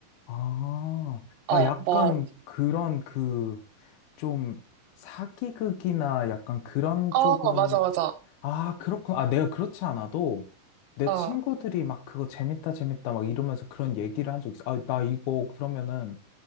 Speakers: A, on the left; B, on the right.
A: 아,
B: 어,
A: 아, 약간
B: 뭐,
A: 그런 그, 좀, 사기극이나 약간 그런
B: 어,
A: 쪽은,
B: 맞아, 맞아.
A: 아, 그렇구나. 아, 내가 그렇지 않아도, 내
B: 어,
A: 친구들이 막 그거 재밌다, 재밌다, 막 이러면서 그런 얘기를 한 적 있어. 아, 나 이거 그러면은,